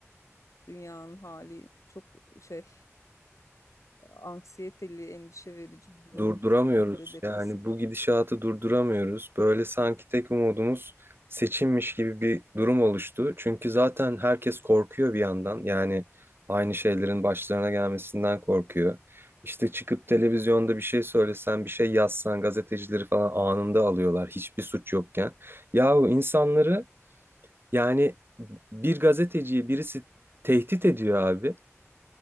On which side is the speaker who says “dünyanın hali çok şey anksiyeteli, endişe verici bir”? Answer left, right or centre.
Left